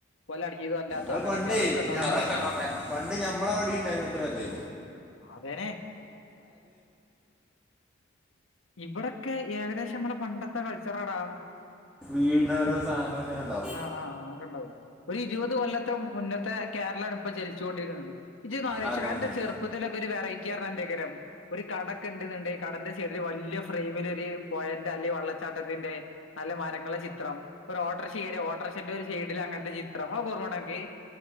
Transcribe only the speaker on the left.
<unintelligible> അടിഞീതും അല്ലാത്തും
അങ്ങനൊക്കെ
അതൊക്കണ്ടാവും
വേറെ ആ
അതെനെ ഇബടൊക്കെ ഏകദേശം മ്മളെ പണ്ടത്ത കൾച്ചറാടാ
അ അ അ അവ്ട ഇണ്ടാവും ഒര് ഇരുവത് കൊല്ലത്തെ മുന്നത്തെ കേരളാണ് പ്പൊ ജെൽ <unintelligible> ഇജൊന്ന് ആലോയ്ചോകാ
അന്റെ ചെർപ്പത്തിലൊക്കൊര് വെറൈറ്റി അർഞാ എന്തയ്കാരം ഒര് കടക്കെണ്ട്ന്ന്ണ്ടെങ്കി കടന്റെ സൈഡില് വല്ല്യ ഫ്രെയ്മിലൊര് പൊഴൻ്റെ അല്ലെ വെള്ളച്ചാട്ടത്തിന്റെ നല്ല മരങ്ങള ചിത്രം ഒര് ഓട്ടർഷകേറിയാ ഓട്ടർഷന്റെ ഒര് സൈഡില് അങ്ങൻത്ത ചിത്രം <unintelligible> ഓർമണ്ടൻക്ക്